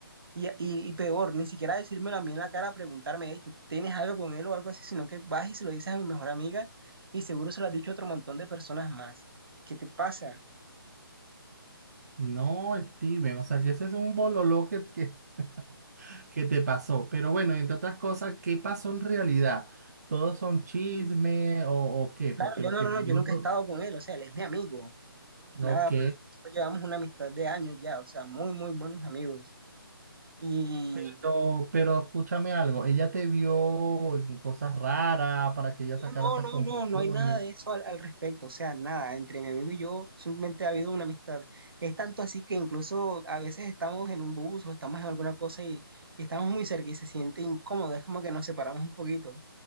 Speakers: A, on the right; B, on the right.
A: Y, y, y peor, ni siquiera decírmelo a mí en la cara, preguntarme, "Ey, ¿tú tienes algo con él o algo así? Sino que vas y se lo dices a mi mejor amiga y seguro se lo has dicho a otro montón de personas más. ¿Qué te pasa?
B: No, Steven, o sea, que ese es un bololó que... que... ¿Qué te pasó. Pero bueno, entre otras cosas, ¿qué pasó en realidad? ¿Todos son chisme o, o qué?
A: Claro,
B: Porque
A: yo
B: lo
A: no,
B: que...
A: no,
B: no
A: no, yo nunca
B: pro-
A: he estado con él, o sea, él es mi amigo, nada
B: Ok,
A: más. Nosotros llevamos una amistad de años ya, o sea, muy, muy buenos amigos. Y
B: pero, pero escúchame algo. ¿Ella te vio en cosas raras para que ella sacara
A: No,
B: esas
A: no,
B: conclusiones?
A: no, no hay nada de eso al, al respecto, o sea, nada, entre mi amigo y yo simplemente ha habido una amistad. Es tanto así que incluso a veces estamos en un bus o estamos en alguna cosa y, y estamos muy cerca y se siente incómodo, es como que nos separamos un poquito.